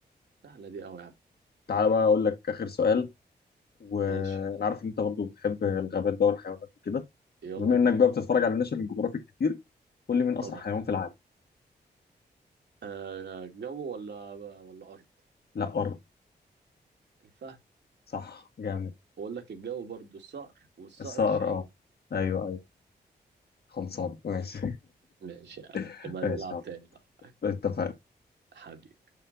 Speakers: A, on the right; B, on the left.
A: سهلة دي أوي يا عم
B: تعالى بقى اقول لك اخر سؤال وانا
A: ماشي
B: عارف ان انت برضو بتحب الغابات بقى والحيوانات وكده
A: يلا
B: بما انك
A: بينا
B: بقى بتتفرج على ناشونال جيوغرافيك كتير قول لي مين
A: طبعا
B: اسرع حيوان في العالم
A: آه جو ولا ولا أرض
B: لا ارض
A: الفهد
B: صح جامد
A: بقول لك الجو برضو الصقر والصقر
B: الصقر
A: الشاهين
B: اه ايوه ايوه خلصان ماشي
A: ماشي يا عم
B: <laughs>
A: نبقى
B: ماشي
A: نلعب
B: يا
A: تاني
B: عم.
A: بقى
B: اتفقنا
A: حبيبي